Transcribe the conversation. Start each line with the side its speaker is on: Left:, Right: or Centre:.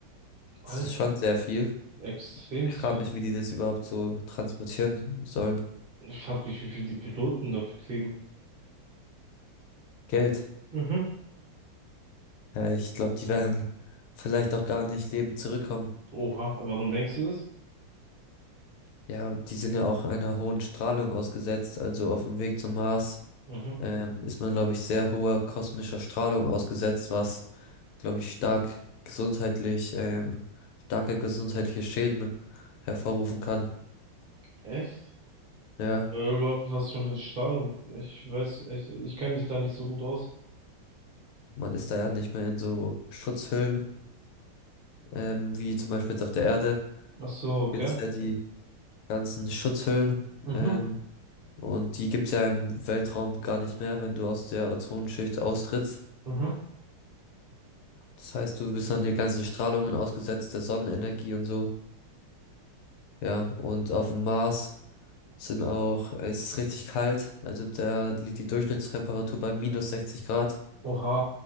Right: Alter,
Left: Das ist schon sehr viel.
Right: extrem
Left: Ich
Right: viel.
Left: frage mich, wie die das überhaupt so transportieren sollen.
Right: Ich frag mich, wie viel die Piloten dafür kriegen.
Left: Geld.
Right: Mhm.
Left: Ja, ich glaube, die werden vielleicht auch gar nicht lebend zurückkommen.
Right: Oha, aber warum denkst du das?
Left: Ja, die sind ja auch einer hohen Strahlung ausgesetzt. Also auf dem Weg zum Mars,
Right: Mhm.
Left: ähm, ist man, glaube ich, sehr hoher kosmischer Strahlung ausgesetzt, was, glaube ich, stark gesundheitlich, ähm, starke gesundheitliche Schäden hervorrufen kann.
Right: Echt?
Left: Ja,
Right: Äh, wa- was für eine Strahlung? Ich weiß, ich, ich kenne mich da nicht so gut aus.
Left: man ist da ja nicht mehr in so Schutzhüllen, ähm, wie zum Beispiel jetzt auf der Erde.
Right: Ach so, okay.
Left: Gibt's ja die ganzen Schutzhüllen.
Right: Mhm.
Left: ähm, Und die gibt's ja im Weltraum gar nicht mehr, wenn du aus der Ozonschicht austrittst.
Right: Mhm.
Left: Das heißt, du bist an den ganzen Strahlungen ausgesetzt, der Sonnenenergie und so. Ja, und auf dem Mars sind auch, äh, es ist richtig kalt. Also da liegt die Durchschnittstemperatur bei minus 60 Grad,
Right: Oha,